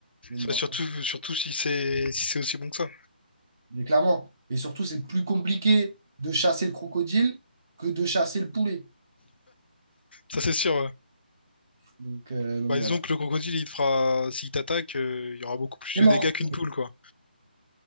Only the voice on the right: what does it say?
Mais
bon,
après, c'est-
mais clairement. Et surtout, c'est plus compliqué de chasser le crocodile que de chasser le poulet.
Donc, euh, donc
voilà.
C'est
mort.